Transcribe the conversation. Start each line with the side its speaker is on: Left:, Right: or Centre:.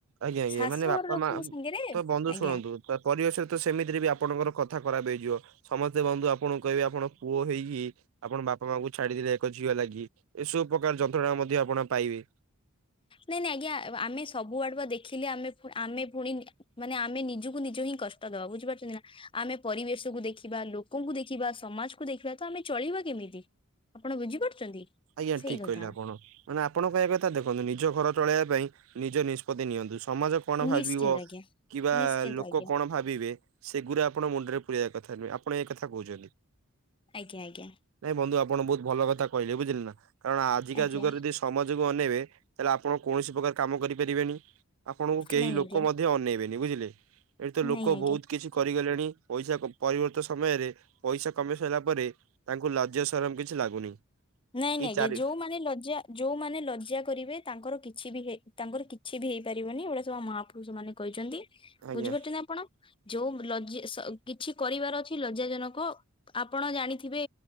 Right: ଆଜ୍ଞା ଆଜ୍ଞା
Left: ଶାଶୁଘର
Right: ମାନେ ବାପା
Left: ଲୋକଙ୍କ
Right: ମା
Left: ସାଙ୍ଗରେ
Right: ବନ୍ଧୁ
Left: ଆଜ୍ଞା।
Right: ଶୁଣନ୍ତୁ ତ ପରିବେଶରେ ତ ସେମିତିରେ ବି ଆପଣଙ୍କର କଥା ଖରାପ ହେଇଯିବ। ସମସ୍ତେ ବନ୍ଧୁ ଆପଣଙ୍କୁ କହିବେ ଆପଣଙ୍କ ପୁଅ ହେଇକି ଆପଣ ବାପା ମାଆଙ୍କୁ ଛାଡିଦେଲେ ଏକ ଝିଅ ଲାଗି ଏସବୁ ପକାର ଯନ୍ତ୍ରଣା ମଧ୍ୟ ଆପଣ ପାଇବେ।
Left: ନାଇଁ ନାଇଁ ଆଜ୍ଞା ଆମେ ସବୁ ଆଡେ ପା ଦେଖିଲେ ଆମେ ଆମେ ଫୁ ଆମେ ଫୁଣି ମାନେ ଆମେ ନିଜକୁ ନିଜ ହିଁ କଷ୍ଟ ଦବା ବୁଝିପାରୁଚନ୍ତି ନା? ଆମେ ପରିବେଶକୁ ଦେଖିବା, ଲୋକଙ୍କୁ ଦେଖିବା, ସମାଜକୁ ଦେଖିବା ତ ଆମେ ଚଳିବା କେମିତି? ଆପଣ ବୁଝିପାରୁଚନ୍ତି
Right: ଆଜ୍ଞା
Left: ସେଇ
Right: ଠିକ
Left: କଥା?
Right: କହିଲେ ଆପଣ ମାନେ ଆପଣ କହିବା କଥା ଦେଖନ୍ତୁ ନିଜ ଘର ଚଳେଇବା ପାଇଁ ନିଜ ନିଷ୍ପତି ନିଅନ୍ତୁ ସମାଜ କଣ
Left: ନିଶ୍ଚିନ୍ତ
Right: ଭାବିବ
Left: ଆଜ୍ଞା।
Right: କିବା
Left: ନିଶ୍ଚିନ୍ତ
Right: ଲୋକ
Left: ଆଜ୍ଞା
Right: କଣ ଭାବିବେ ସେଗୁରା ଆପଣ ମୁଣ୍ଡରେ ପୂରେଇଆ କଥା ନୁହେଁ ଆପଣ ଏ କଥା କୋଉଚନ୍ତି।
Left: ଆଜ୍ଞା ଆଜ୍ଞା।
Right: ନାଇଁ ବନ୍ଧୁ ଆପଣ ବହୁତ୍‌ ଭଲ କଥା କହିଲେ ବୁଝିଲେ ନା କାରଣ ଆଜିକା
Left: ଆଜ୍ଞା
Right: ଯୁଗରେ ଦି ସମାଜକୁ ଅନେଇବେ ତାହାଲେ ଆପଣ କୌଣସି ପ୍ରକାର କାମ କରିପାରିବେନି ଆପଣଙ୍କୁ କେହି
Left: ନାଇଁ
Right: ଲୋକ
Left: ଆଜ୍ଞା
Right: ମଧ୍ୟ ଅନେଇବେନି ବୁଝିଲେ। ଏଇ ତ
Left: ନାଇଁ
Right: ଲୋକ
Left: ଆଜ୍ଞା।
Right: ବହୁତ କିଛି କରିଗଲେଣି ପଇସା ପରିବର୍ତ୍ତ ସମୟରେ ପଇସା କମେଇ ସାଇଲା ପରେ ତାଙ୍କୁ ଲାଜ୍ୟ ସରମ କିଛି ଲାଗୁନି।
Left: ନାଇଁ
Right: କି
Left: ନାଇଁଜ୍ଞା
Right: ଚାରି
Left: ଯୋଉମାନେ ଲଜ୍ୟା ଯୋଉମାନେ ଲଜ୍ଜା କରିବେ ତାଙ୍କର କିଛି ବି ହେଇ ତାଙ୍କର କିଛି ବି ହେଇପାରିବନି ଏଉରା ସବୁ ମହାପୁରୁଷ ମାନେ କହିଛନ୍ତି।
Right: ଆଜ୍ଞା
Left: ବୁଝିପାରୁଚନ୍ତି ଆପଣ ଯୋଉ ଲଜି ସ କିଛି କରିବାର ଅଛି ଲଜ୍ଜା ଜନକ ଆପଣ ଜାଣିଥିବେ